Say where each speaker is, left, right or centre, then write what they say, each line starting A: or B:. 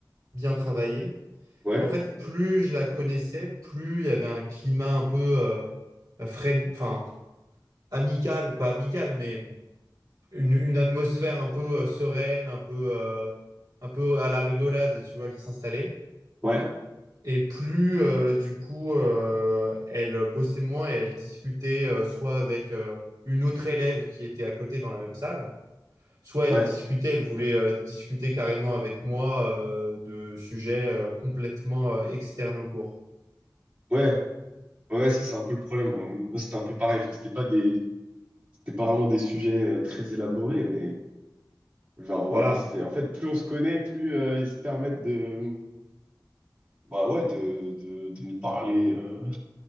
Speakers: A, on the right; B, on the right.
A: bien travaillé.
B: Ouais,
A: En fait, plus je la connaissais, plus il y avait un climat un peu euh, friend- enfin, amical, pas amical, mais une, une atmosphère un peu euh, sereine, un peu, euh, un peu à la rigolade, tu vois, qui s'installait.
B: ouais,
A: Et plus, euh, du coup, euh, elle bossait moins et elle discutait euh, soit avec euh, une autre élève qui était à côté dans la même salle, soit elle
B: ouais,
A: discutait, elle voulait euh, discuter carrément avec moi euh, de sujets euh, complètement euh, externes au cours.
B: ouais, ouais. Ça, c'est un peu le problème. Moi, c'était un peu pareil. Enfin, c'était pas des, c'était pas vraiment des sujets euh, très élaborés, mais genre voilà.
A: Voilà.
B: C'est en fait, plus on se connaît, plus euh, ils se permettent de bah ouais, de, de, de nous parler, euh,